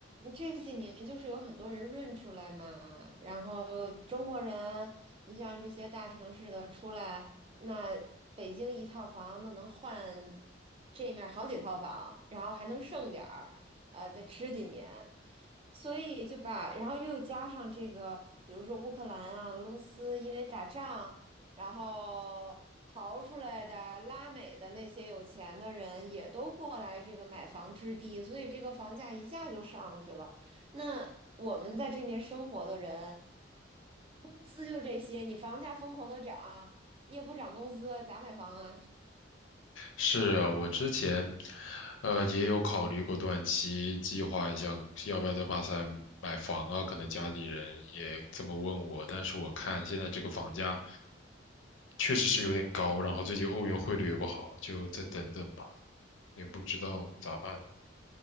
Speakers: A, on the right; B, on the left.
A: 这几年就是有很多人润出来嘛，然后中国人，你像这些大城市的出来，那北京一套房那能换这面儿好几套房，然后还能剩点儿，呃，再吃几年，所以就把，然后又加上这个，比如说乌克兰啊、俄罗斯，因为打仗。然后逃出来的拉美的那些有钱的人也都过来这个买房置地，所以这个房价一下就上去了。那我们在这边生活的人，工资就这些，你房价疯狂的涨，你也不涨工资，咋买房啊？
B: 是啊，我之前，呃，也有考虑过短期计划一下，要不要在巴塞买房啊？可能家里人也这么问我，但是我看现在这个房价确实是有点高，然后最近欧元汇率也不好，就再等等吧，也不知道咋办。